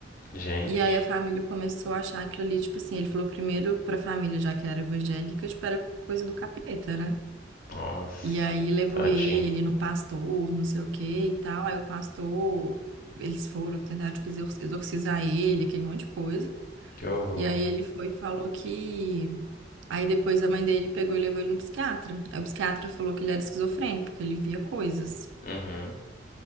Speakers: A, on the left; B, on the right.
A: Gente,
B: E aí a família começou a achar aquilo ali, tipo assim, ele falou primeiro pra família, já que era evangélica, tipo, era coisa do capeta, né?
A: nossa,
B: E aí levou
A: tadinho.
B: ele no pastor, não sei o que e tal. Aí o pastor, eles foram tentar, tipo, exor- exorcizar ele, aquele monte de coisa.
A: Que horror.
B: E aí ele foi e falou que. Aí depois a mãe dele pegou e levou ele no psiquiatra. Aí o psiquiatra falou que ele era esquizofrênico, porque ele via coisas.
A: Uhum.